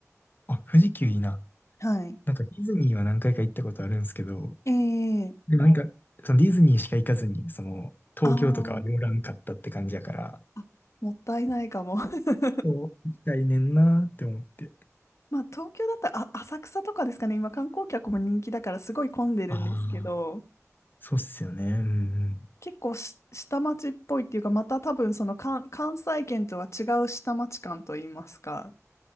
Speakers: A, on the left (about 35°); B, on the left (about 60°).
A: あ、富士急いいな。
B: はい。
A: なんかディズニーは何回か行ったことあるんですけど、
B: えー、
A: でもなんか、そのディズニーしか行かずに、その、東京とかは寄らんかったって感じやから、
B: あーあもったいないかも。<laughs>
A: そう、行きたいねんなーって思って。
B: まあ、東京だったら、あ、浅草とかですかね。今、観光客も人気だから、すごい混んでるんですけど、
A: ああ、そうっすよね。うんうん。
B: 結構し下町っぽいっていうか、また多分、その関、関西圏とは違う下町感といいますか。